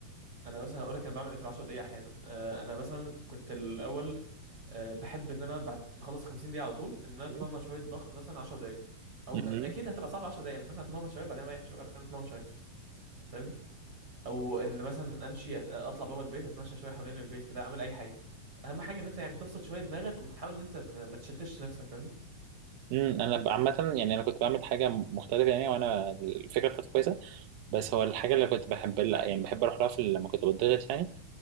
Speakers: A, on the right; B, on the right.
A: انا مثلا هقول لك انا بعمل ايه في ال 10 دقائق احيانا آه، انا مثلا كنت الاول آه، بحب ان انا بعد ما اخلص 50 دقيقه على طول ان انا اتمرن
B: مم.
A: شويه ضغط مثلا 10 دقائق او
B: مم.
A: م- اكيد هتبقى صعبه 10 دقائق مثلا اتمرن شويه بعدين اريح شويه بعدين اتمرن شويه فاهمني او ان مثلا امشي أت- اطلع بابا البيت اتمشى شويه حوالين البيت كده اعمل اي حاجه اهم حاجه ان انت يعني تفصل شويه دماغك وتحاول ان انت ما ما تشتتش نفسك فاهمني
B: مم. انا ب- عامه يعني انا كنت بعمل حاجه مختلفه يعني وانا الفكره بتاعتي كويسه بس هو الحاجه اللي كنت بحب لا يعني بحب اروح لها في لما كنت بتضغط يعني